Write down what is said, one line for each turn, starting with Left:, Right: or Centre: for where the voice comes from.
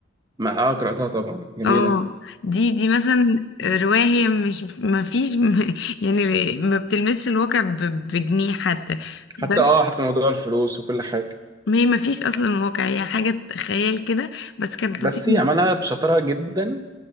Right: ما اه قرأتها طبعا جميلة
Left: اه دي دي مثلا رواية هي مش ما فيش <laughs> يعني ما بتلمسش الواقع ب- بجنيه حتى
Right: حتى
Left: بس
Right: اه حتى موضوع الفلوس وكل حاجة
Left: ما هي ما فيش اصلا واقع هي حاجة خيال كده بس كانت
Right: بس
Left: لطيفة
Right: هي
Left: جداً.
Right: عملها بشطارة جدا